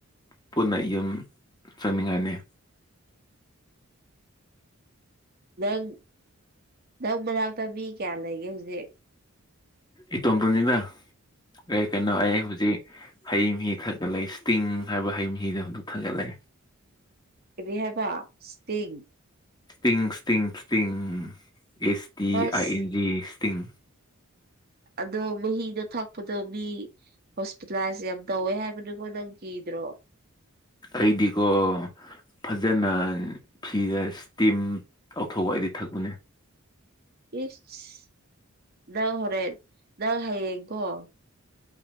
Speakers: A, on the left; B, on the right.
A: ꯄꯨꯟꯅ ꯌꯨꯝ ꯆꯪꯅꯤꯡꯉꯥꯏꯅꯤ
B: ꯅꯪ ꯅꯪ ꯃꯅꯥꯛꯇ ꯃꯤ ꯀꯌꯥ ꯂꯩꯒꯦ ꯍꯧꯖꯤꯛ
A: ꯏꯇꯣꯝꯕꯔꯅꯤꯕ ꯑꯩ ꯀꯩꯅꯣ ꯑꯩ ꯍꯧꯖꯤꯛ ꯍꯩ ꯃꯍꯤ ꯊꯛꯒ ꯂꯩ ꯏꯁꯇꯤꯡ ꯍꯥꯏꯕ ꯍꯩ ꯃꯍꯤꯗꯣ ꯑꯗꯨ ꯊꯛꯑꯥ ꯂꯩ
B: ꯀꯩꯔꯤ ꯍꯥꯏꯕ ꯏꯁꯇꯤꯡ
A: ꯁꯇꯤꯡ ꯁꯇꯤꯡ ꯁꯇꯤꯡ ꯑꯦꯁ ꯇꯤ
B: ꯑꯁ
A: ꯑꯥꯏ ꯑꯦꯟꯖꯤ ꯁꯇꯤꯡ
B: ꯑꯗꯣ ꯃꯍꯤꯗꯣ ꯊꯛꯄꯗꯣ ꯃꯤ ꯍꯣꯁꯄꯤꯇꯥꯂꯥꯏꯁ ꯌꯥꯝ ꯇꯧꯋꯦ ꯍꯥꯏꯕꯅꯤꯀꯣ ꯅꯪ ꯀꯤꯗ꯭ꯔꯣ
A: ꯑꯩꯗꯤꯀꯣ ꯐꯖꯅ ꯐꯤꯗ ꯏꯁꯇꯤꯝ ꯂꯧꯊꯣꯛꯑ ꯑꯩꯗꯤ ꯊꯛꯄꯅꯦ
B: ꯏꯁ ꯅꯪ ꯍꯣꯔꯦꯟ ꯅꯪ ꯍꯥꯌꯦꯡꯀꯣ